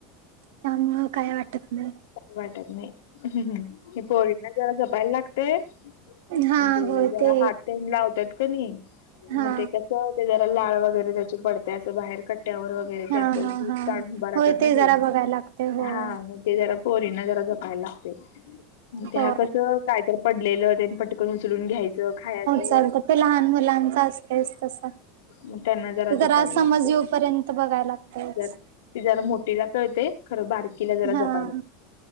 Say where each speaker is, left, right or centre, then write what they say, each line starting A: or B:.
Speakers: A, on the right; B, on the left.
A: त्या मुळ काय वाटत नाही.
B: भिती वाटत नाही हे पोरीना जरा जपायला लागते.
A: हा
B: म्हणजे
A: होय
B: जरा
A: ते
B: हात प लावतात का नाही
A: हा
B: मग ते कस ते जरा लाळ वगैरे त्याचे पडते अस बार कट्ट्यावर वर हेली
A: हा
B: असलं
A: हा
B: ते
A: हा
B: काढून उभ राहतात
A: होय
B: ना
A: जरा
B: ते
A: बघायला लागते होय.
B: हा ते जरा पोरींना ते जरा जपायला लागते. त्या
A: हो
B: कस काय तर पडलेलं त्यानी पटकन उचलून घ्यायचं खायाचं
A: सारखं ते लहान मुलांचं असतंयच तसं.
B: मग त्यांना
A: ते जरा
B: जपायला
A: समज
B: लागते.
A: येऊपर्यंत बघायला लागतयेच.
B: जरा ती जरा मोठीला कळते खरं बारकीला जरा
A: हा.
B: जप